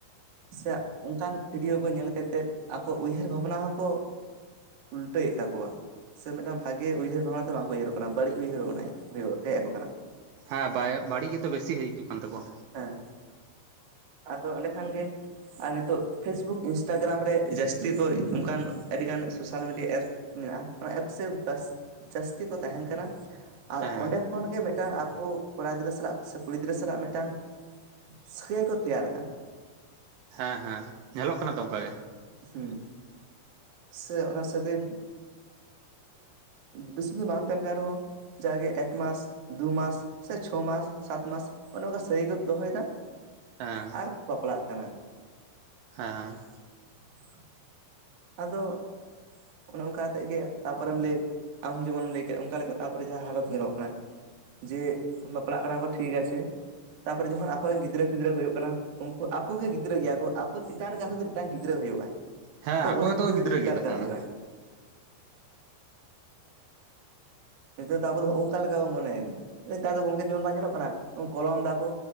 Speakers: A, on the right; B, on the right.
A: ᱥᱮ ᱚᱱᱠᱟᱱ ᱵᱷᱤᱰᱭᱳ ᱠᱚ ᱧᱮᱞ ᱠᱟᱛᱮᱫ ᱟᱠᱚ ᱩᱭᱦᱟᱹᱨ ᱵᱷᱟᱵᱽᱱᱟ ᱦᱚᱸᱠᱚ ᱩᱞᱴᱟᱹᱭᱮᱫ ᱛᱟᱠᱚᱣᱟ ᱥᱮ ᱢᱤᱫᱴᱟᱝ ᱵᱷᱟᱜᱮ ᱩᱭᱦᱟᱹᱨ ᱵᱷᱟᱵᱽᱱᱟ ᱛᱮ ᱵᱟᱝᱠᱚ ᱩᱭᱦᱟᱹᱨᱚᱜ ᱠᱟᱱᱟ ᱵᱟᱹᱲᱤᱡ ᱩᱭᱦᱟᱹᱨ ᱵᱷᱟᱵᱽᱱᱟᱭ ᱦᱮᱡ ᱟᱠᱚ ᱠᱟᱱᱟ
B: ᱦᱮᱸ ᱵᱟᱹᱲᱤᱡ ᱜᱮᱛᱚ ᱵᱮᱥᱤ ᱦᱤᱡᱩᱜ ᱠᱟᱱ ᱛᱟᱠᱚᱣᱟ
A: ᱦᱮᱸ ᱟᱫᱚ ᱮᱸᱰᱮ ᱠᱷᱟᱱ ᱜᱮ ᱟᱨ ᱱᱤᱛᱚᱜ ᱯᱷᱮᱥᱵᱩᱠ ᱤᱱᱥᱴᱟᱜᱨᱟᱢ ᱨᱮ ᱡᱟᱹᱥᱛᱤ ᱠᱚ ᱚᱱᱠᱟᱱ ᱟᱹᱰᱤᱜᱟᱱ ᱥᱳᱥᱟᱞ ᱢᱤᱰᱤᱭᱟ ᱮᱯᱥ ᱢᱮᱱᱟᱜᱼᱟ ᱚᱱᱟ ᱮᱯᱥ ᱡᱟᱹᱥᱛᱤ ᱠᱚ ᱛᱟᱦᱮᱱ ᱠᱟᱱᱟ ᱟᱨ
B: ᱦᱮᱸ
A: ᱚᱸᱰᱮ ᱠᱷᱚᱱ ᱜᱮ ᱢᱤᱫᱴᱟᱝ ᱟᱠᱚ ᱠᱚᱲᱟ ᱜᱤᱫᱽᱨᱟᱹ ᱥᱟᱞᱟᱜ ᱥᱮ ᱠᱩᱲᱤ ᱜᱤᱫᱽᱨᱟᱹ ᱥᱟᱞᱟᱜ ᱢᱤᱫᱴᱟᱝ ᱥᱮ ᱠᱚ ᱛᱮᱭᱟᱨᱫᱟ
B: ᱦᱮᱸ ᱦᱮᱸ ᱧᱮᱞᱚᱜ ᱠᱟᱱᱟ ᱛᱚ ᱚᱱᱠᱟ ᱜᱮ
A: ᱦᱮᱸ ᱥᱮ ᱚᱱᱟ ᱥᱟᱹᱜᱟᱹᱭ ᱵᱮᱥᱤ ᱫᱤᱱ ᱵᱟᱝ ᱛᱟᱦᱮᱱ ᱠᱟᱱ ᱨᱮᱦᱚᱸ ᱡᱟᱜᱮ ᱮᱠᱢᱟᱟᱥ ᱫᱩᱢᱟᱟᱥ ᱥᱮ ᱪᱷᱚ ᱢᱟᱥ ᱥᱟᱛᱢᱟᱟᱥ ᱚᱱᱮ ᱚᱱᱠᱟ ᱥᱟᱹᱜᱟᱹᱭ ᱠᱚ ᱫᱚᱦᱚᱭᱮᱫᱟ
B: ᱦᱮᱸ
A: ᱟᱨ ᱵᱟᱯᱞᱟᱜ ᱠᱟᱱᱟ
B: ᱦᱮᱸ
A: <inaudible> ᱟᱫᱚ ᱚᱱᱮ ᱚᱱᱠᱟ ᱠᱟᱛᱮᱫᱜ ᱜᱮ ᱛᱟᱯᱚᱨᱮᱢ ᱞᱟᱹᱭ ᱟᱢ ᱡᱮᱢᱚᱱᱮᱢ ᱞᱟᱹᱭ ᱠᱮᱫ ᱚᱱᱠᱟ ᱞᱮᱠᱟ ᱛᱟᱯᱚᱨᱮ ᱡᱟᱦᱟᱸ ᱦᱟᱞᱚᱛ ᱧᱮᱞᱚᱜ ᱠᱟᱱᱟ ᱡᱮ ᱵᱟᱯᱞᱟᱜ ᱠᱟᱱᱟ ᱠᱚ ᱴᱷᱤᱠ ᱟᱪᱷᱮ ᱛᱟᱯᱚᱨᱮ ᱡᱚᱠᱷᱚᱱ ᱟᱠᱚᱨᱮᱱ ᱜᱤᱫᱽᱨᱟᱹ ᱜᱤᱫᱽᱨᱟᱹ ᱠᱚ ᱦᱩᱭᱩᱜ ᱠᱟᱱᱟ ᱩᱱᱠᱩ ᱟᱠᱚ ᱜᱮ ᱜᱤᱫᱽᱨᱟᱹ ᱜᱮᱭᱟ ᱠᱚ ᱟᱠᱚ ᱪᱮᱛᱟᱱ ᱨᱮᱜᱤ ᱢᱤᱫᱴᱟᱝ ᱜᱤᱫᱽᱨᱟᱹ ᱦᱩᱭᱩᱜᱼᱟ
B: ᱦᱮᱸ
A: ᱛᱚ
B: ᱟᱠᱚ
A: ᱚᱱᱮ
B: ᱜᱮᱛᱚ
A: ᱜᱤᱫᱽᱨᱟᱹ ᱫᱚ ᱪᱮᱫᱠᱟ
B: ᱜᱮᱭᱟ ᱛᱚᱠᱷᱚᱱ
A: ᱞᱮᱠᱟ ᱦᱩᱭᱩᱜᱼᱟ
B: ᱫᱚ
A: ᱦᱮᱸ ᱱᱤᱛᱟᱨ ᱫᱚ ᱟᱵᱚ ᱫᱚ ᱚᱱᱠᱟ ᱞᱮᱠᱟ ᱵᱚ ᱢᱚᱱᱮᱭᱟ ᱱᱮᱛᱟᱨ ᱫᱚ ᱜᱚᱝᱠᱮ ᱡᱮᱢᱚᱱ ᱵᱟᱝ ᱧᱮᱞᱚᱜ ᱠᱟᱱᱟ ᱠᱚᱞᱚᱢ ᱫᱟᱠᱚ